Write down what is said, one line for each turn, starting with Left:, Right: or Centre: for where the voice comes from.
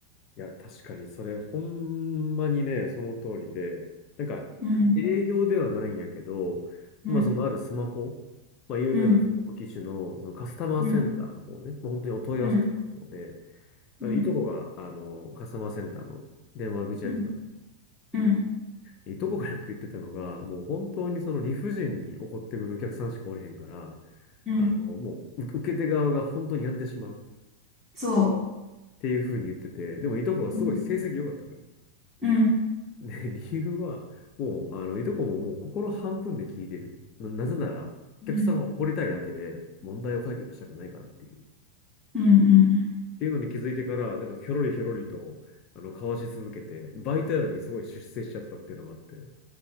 Left: いや、確かに、それ、ほんまにね、その通りで、なんか、
Centre: うん、
Left: 営業ではないんやけど、
Centre: うん、
Left: まあ、そのあるスマホ、まあ、有名なスマホ機種の、
Centre: うん、
Left: そのカスタマーセンターの方ね、
Centre: うん、
Left: もう本当にお問い合わせとかの方で、
Centre: うん、
Left: まあのいとこが、
Centre: うん、
Left: あの、カスタマーセンターの電話口やってたんだよ
Centre: うん、うん、
Left: ね。いとこがよく言ってたのが、もう本当にその理不尽に怒ってくるお客さんしかおれへんから、
Centre: うん
Left: あの、もう、う受け手側が本当に病んでしまうっ
Centre: そ
Left: ていうふうに言ってて、でもいとこはすごい成績良かったのよ
Centre: う。うん。うん
Left: <laughs> で、理由は、もう、あの、いとこももう心半分で聞いてる。な、なぜなら、お客さんが怒りたいだけで、
Centre: うん
Left: 問題を解決したくないからっていう。っ
Centre: うんうん
Left: ていうのに気づいてから、なんか、ひょろりひょろりと、あの、交わし続けて、バイタルにすごい出世しちゃったっていうのがあって。